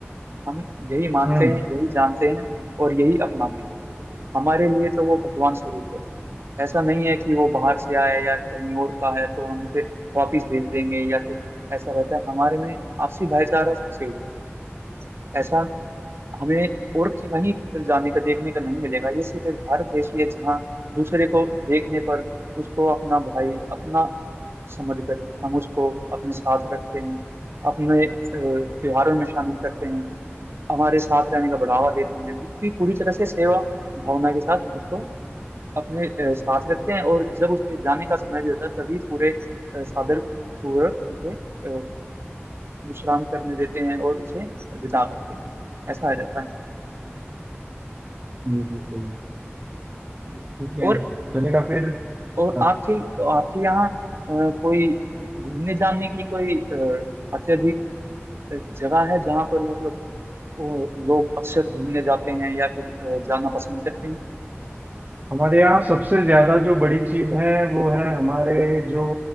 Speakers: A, on the right; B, on the right.
A: हम यही मानते
B: हम्म
A: हैं यही जानते हैं और यही अपनाते हैं हमारे लिए तो वो भगवान स्वरूप होता है ऐसा नहीं है कि वो बाहर से आया है या कहीं और का है तो हम उसे वापिस भेज देंगे या फिर ऐसा रहता है हमारे में आपसी भाईचारा सबसे ऊपर ऐसा हमें और कि- कहीं पर जाने का देखने का नहीं मिलेगा ये सिर्फ एक भारत देश ही है जहाँ दूसरे को देखने पर उसको अपना भाई अपना समझ कर हम उसको अपने साथ रखते हैं अपने अ, त्योहारों में शामिल करते हैं हमारे साथ रहने का बढ़ावा देते हैं उसकी पूरी तरह से सेवा भावना के साथ उसको अपने अ, साथ रखते हैं और जब उसके जाने का समय भी होता है तभी पूरे अ, सादर पूर्वक उसे अ, विश्राम करने देते हैं और उसे विदा करते हैं ऐसा रहता है
B: ये भी सही है।
A: जी।
B: ठीक है
A: और
B: चलेगा फिर
A: और
B: हाँ
A: आपके आपके यहाँ अ, कोई घूमने जाने की कोई अ, अत्यधिक जगह है जहाँ पर मतलब और लोग अक्सर घूमने जाते हैं या फिर अ, जाना पसंद करते हैं
B: हमारे यहाँ सबसे ज्यादा जो बड़ी चीज है वो है हमारे जो